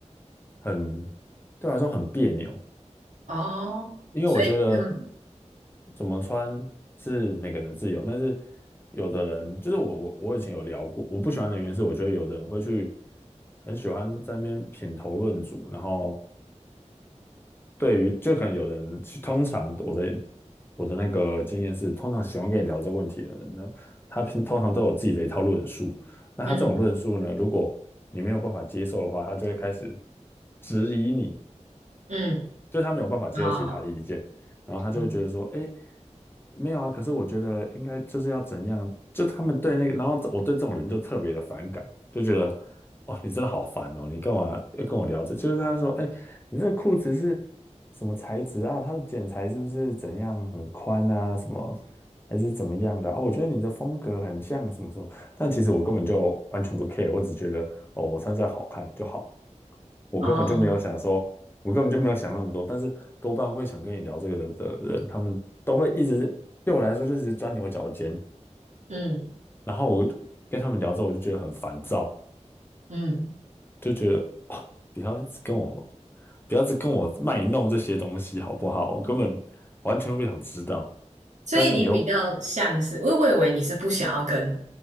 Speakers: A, on the left; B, on the right.
A: 很对我来说很别扭，
B: 哦，
A: 因为我觉得
B: 所以嗯
A: 怎么穿是每个人的自由，但是有的人就是我我我以前有聊过，我不喜欢的原因是我觉得有的人会去很喜欢在那边品头论足，然后。对于就可能有人，其通常我的我的那个经验是，通常喜欢跟你聊这个问题的人呢，他平通常都有自己的一套论述。那他这种论述呢，
B: 嗯
A: 如果你没有办法接受的话，他就会开始质疑你，
B: 嗯，
A: 就是他没有办法接受其他的意见，
B: 哦
A: 然后他就会觉得说，
B: 嗯
A: 哎，没有啊，可是我觉得应该就是要怎样，就他们对那个，然后我对这种人就特别的反感，就觉得，哦，你真的好烦哦，你干嘛要跟我聊这？就是他就说，哎，你这个裤子是什么材质啊？它的剪裁是不是怎样很宽啊？什么还是怎么样的啊哦，我觉得你的风格很像什么什么，但其实我根本就完全不 care，我只觉得，哦，我穿这样好看就好。我根本就没有想说，
B: 哦
A: 我根本就没有想那么多，但是多半会想跟你聊这个的人，他们都会一直对我来说就是一直钻牛角尖，
B: 嗯
A: 然后我跟他们聊之后，我就觉得很烦躁，
B: 嗯。
A: 就觉得哦，不要一直跟我，不要一直跟我卖弄这些东西好不好？我根本完全不想知道，
B: 所以你比较像是，
A: 但是你又
B: 我我以为你是不想要跟